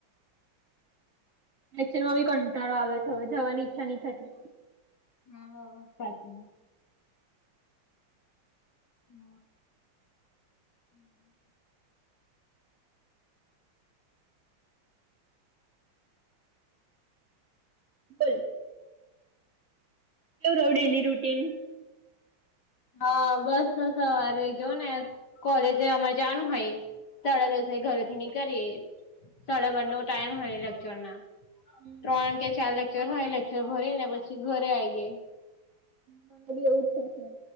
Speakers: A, on the right (about 40°); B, on the left (about 55°).
A: ક્શન માં બી કંટળો આવે્યો છે હવે જવાની ઈચ્છા નહ થતી
B: હા સાચીમાં હમ હમ
A: બલ કેવું રવડેલી રૂટીન
B: હા બસ સવારે જો ને કોલેજ અમાં જનું હાઈ સાડા દિવસે ઘરેથી ની કરી સાડા બાર નો ટાઈમ હો લેક્ચર ના
A: મને
B: ત્રણ કે ચાર લેક્ચર હોય લેક્ચર ભરી ને પછી ઘરે આઈયએ
A: હ મડી એવું છે છે એ